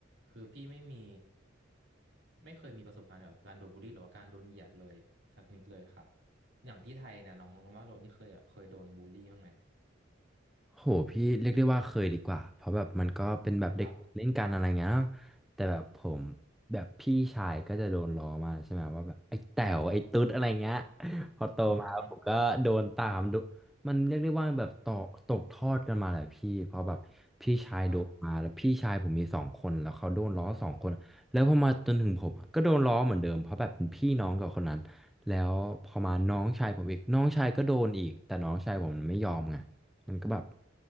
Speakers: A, on the right (about 60°); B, in the centre.
A: คือพี่ไม่มีไม่เคยมีประสบการณ์แบบการโดนบูลลี่หรือว่าการโดนเหยียดเลยสักนิดเลยครับอย่างที่ไทยเนี่ยน้องน้องว่าโรนี่เคยแบบเคยโดนบูลลี่บ้างไหม
B: โหพี่เรียกได้ว่าเคยดีกว่า เพราะแบบมันก็เป็นแบบเด็กเล่นกันอะไรเงี้ยเนาะแต่แบบผม
A: ครับ
B: แบบพี่ชายก็จะโดนล้อมาใช่ไหมว่าแบบไอ้แต๋วไอ้ตุ๊ดอะไรเงี้ยพอโตมาผมก็โดนตามดู
A: อืม
B: มันเรียกได้ว่าแบบต่อตกทอดกันมาแหละพี่เพราะแบบพี่ชายโดนมาแล้วพี่ชายผมมีสองคนแล้วเขาโดนล้อสองคนแล้วพอมาจนถึงผมอะก็โดนล้อเหมือนเดิมเพราะแบบเป็นพี่น้องกับคนนั้นแล้วพอมาน้องชายผมอีกน้องชายก็โดนอีกแต่น้องชายผมมันไม่ยอมไง
A: ครับ
B: มันก็แบบ